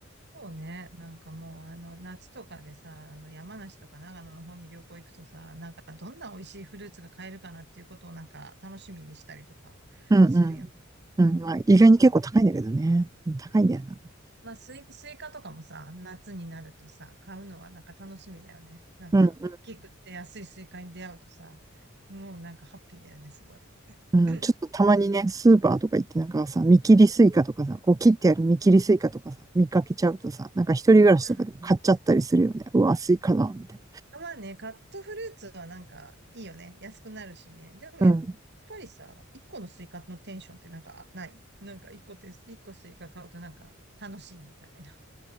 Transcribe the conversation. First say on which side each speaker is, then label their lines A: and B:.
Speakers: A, on the right (about 55°); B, on the right (about 15°).
A: そうね。なんかもう、あの、夏とかでさ、あの、山梨とか長野の方に旅行行くとさ、なんかどんな美味しいフルーツが買えるかなっていうことをなんか楽しみにしたりとかするよ。
B: うんうん。うん、まあ意外に結構高いんだけどね。高いんだよな。
A: まあ、スイ、スイカとかもさ、夏になるとさ、買うのはなんか楽しみだよね。なんか、
B: うん
A: 大きくて安いスイカに出会うとさ、もうなんかハッピーだよね、すごい。
B: うん、
A: <clears throat>
B: ちょっとたまにね、スーパーとか行ってなんかさ、見切りスイカとかさ、こう切ってある見切りスイカとかさ、見かけちゃうとさ、なんか一人暮らしとかでも買っちゃったりするよね。
A: うん。
B: うわ、スイカだ、みたい
A: まあね、カットフルーツはなんかいいよね。安くなるしね。でもやっ
B: な。うん。
A: ぱりさ、一個のスイカのテンションってなんかないなんか一個て、一個スイカ買うとなんか楽しいみたいな。